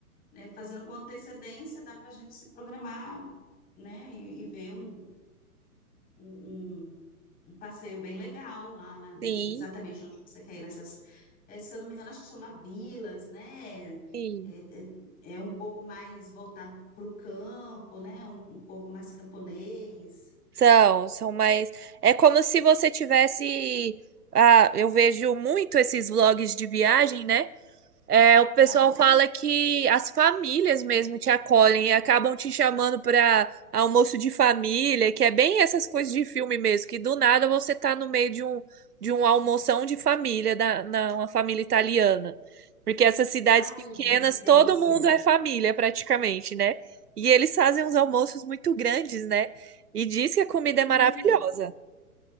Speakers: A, on the left; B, on the right.
A: né? Fazendo com antecedência, dá para a gente se programar, né? E, e ver um, um, um- um passeio bem legal lá, na- nas-
B: Sim,
A: exatamente onde você quer ir, nessas, eh, se eu não me engano, acho que chama vilas, né?
B: sim.
A: É, é, é um pouco mais voltado para o campo, né? Um, um povo mais camponês.
B: São, são mais. É como se você tivesse. Ah, eu vejo muito esses vlogs de viagem, né? É, o
A: Aham.
B: pessoal fala que as famílias mesmo te acolhem e acabam te chamando para almoço de família, que é bem essas coisas de filme mesmo, que do nada você tá no meio de um, de um almoção de família, da, na, uma família italiana. Porque essas cidades
A: Ai,
B: pequenas,
A: gente, que delícia.
B: todo mundo é família praticamente, né? E eles fazem uns almoços muito grandes, né? E diz que a comida
A: Hum.
B: é maravilhosa.